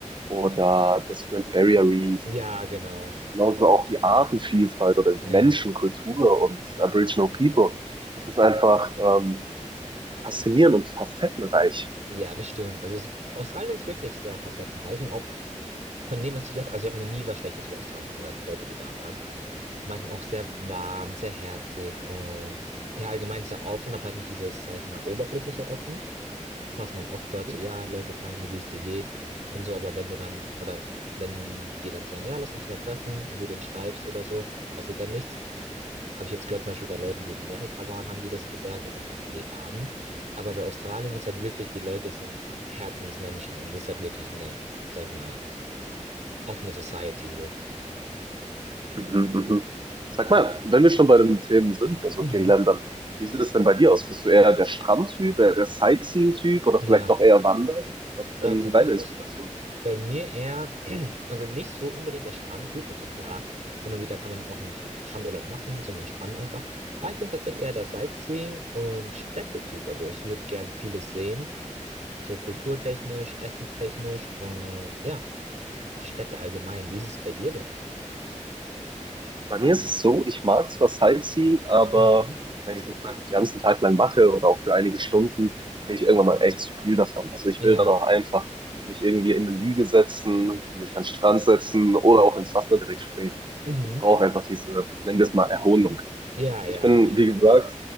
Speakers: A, on the right (about 40°); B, on the right (about 70°).
A: oder das Grand Barrier Reef
B: Ja, genau.
A: Genauso auch die Artenvielfalt oder die
B: Ja,
A: Menschenkultur und Aboriginal People. Das ist einfach ähm, faszinierend und facettenreich.
B: ja, das stimmt. Also es, Australien ist wirklich sehr facettenreich und auch von dem, was ich gehört habe, also ich habe noch nie was Schlechtes über Australien gehört. Leute, die da waren, meinten auch sehr warm, sehr herzig und ja, allgemein sehr offen, aber halt nicht dieses, sag ich mal, oberflächliche offen. was man oft hört,
A: Mhm,
B: so ja, Leute fragen dir, wie es dir geht und so, aber wenn du dann, oder wenn die dann sagen, ja, lass uns mal treffen und du denen schreibst oder so, passiert dann nichts. Habe ich jetzt gehört, zum Beispiel bei Leuten, die in Amerika waren, haben die das gesagt oder da gelebt haben. Aber bei Australien ist halt wirklich, die Leute sind Herzensmenschen und das ist halt wirklich eine, sag ich mal, offene Society so.
A: mhm. Sag mal, wenn wir schon bei den Themen sind, bei so
B: Mhm.
A: vielen Ländern, wie sieht es denn bei dir aus? Bist du eher der Strandtyp, eher der Sightseeing-Typ oder
B: Ja.
A: vielleicht auch eher Wandern? Was ist
B: Oh,
A: denn
B: tatsächlich
A: deine Inspiration?
B: Bei mir eher, <clears throat> also nicht so unbedingt der Strandtyp. Also klar, hin und wieder kann man noch einen Strandurlaub machen, zum Entspannen einfach. Aber ich bin tatsächlich eher der Sightseeing- und Städtetyp. Also ich würde gern vieles sehen, so kulturtechnisch, essenstechnisch und ja, die Städte allgemein. Wie ist es bei dir denn?
A: Bei mir ist es so, ich mag zwar Sightseeing, aber
B: Mhm.
A: wenn ich das dann den ganzen Tag lang mache oder auch für einige Stunden, kriege ich irgendwann mal echt zu viel davon. Also ich
B: Ja.
A: will dann auch einfach mich irgendwie in eine Liege setzen, mich an den Strand setzen oder auch ins Wasser direkt springen.
B: Mhm.
A: Ich brauche einfach diese, nennen wir es mal, Erholung.
B: Ja, ja,
A: Ich bin,
B: kann ich
A: wie
B: voll
A: gesagt,
B: verstehen.